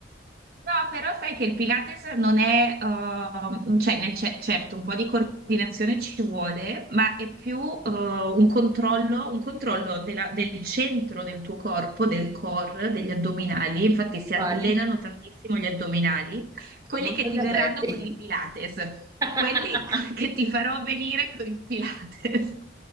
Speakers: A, on the right; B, on the right.
A: No, però sai che il Pilates non è, ehm, cioè, nel ce- certo, un po' di coordinazione ci vuole, ma è più, eh, un controllo, un controllo della- del centro del tuo corpo, del core, degli addominali. Infatti si
B: Quali?
A: allenano tantissimo gli addominali, quelli
B: Non
A: che
B: so
A: ti
B: di averli.
A: verranno con il Pilates,
B: <laughs>
A: quelli <laughs> co- che ti farò venire con il Pilates.